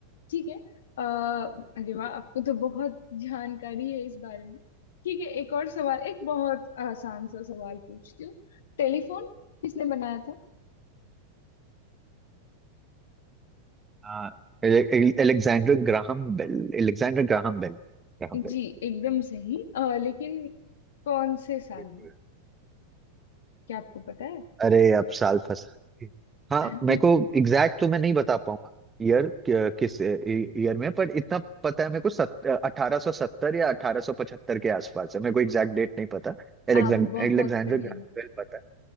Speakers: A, on the left; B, on the right.
A: ठीक है आ, अरे वाह आपको तो बहुत जानकारी है इस बारे में ठीक है एक और सवाल एक बहुत आसान सा सवाल पूछती हूँ टेलीफोन किसने बनाया था
B: हाँ Alexander Graham Bell Alexander Graham Bell Graham
A: जी
B: Bell
A: एकदम सही अ, लेकिन कौन से साल
B: बिल्कुल
A: में क्या आपको पता है
B: अरे अब साल फंसा हाँ
A: <laughs>
B: मेरे को एग्जैक्ट तो मैं नहीं बता पाऊंगा ईयर किस ईयर में पर इतना पता है मेरे को सत, 1870 या 1875 के आसपास है मेरे को एग्जैक्ट डेट नहीं पता एलेक्जेंडर
A: आप बहुत
B: एलेक्जेंडर
A: करीब
B: ग्राहम
A: है
B: बेल पता